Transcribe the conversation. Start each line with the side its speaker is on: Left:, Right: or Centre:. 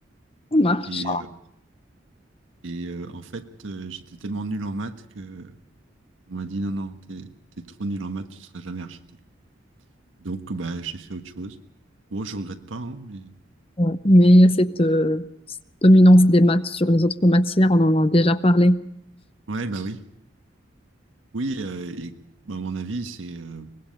Left: Ça marche.
Right: Et, euh, et euh, en fait, euh, j'étais tellement nul en maths que on m'a dit non, non, t'es, t'es trop nul en maths, tu seras jamais architecte. Donc, bah, j'ai fait autre chose. Bon, je regrette pas, hein, mais
Left: Ouais. Mais il y a cette euh, dominance des maths sur les autres matières, on en a déjà parlé.
Right: ouais, bah oui, oui. euh, et bah, à mon avis, c'est euh,